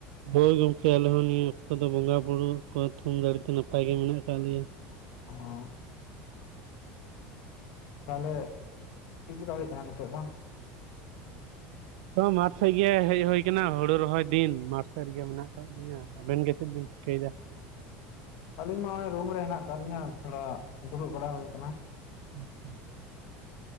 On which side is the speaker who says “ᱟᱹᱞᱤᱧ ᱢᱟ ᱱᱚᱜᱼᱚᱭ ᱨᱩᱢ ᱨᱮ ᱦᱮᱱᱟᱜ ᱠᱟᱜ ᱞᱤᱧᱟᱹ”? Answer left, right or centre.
Left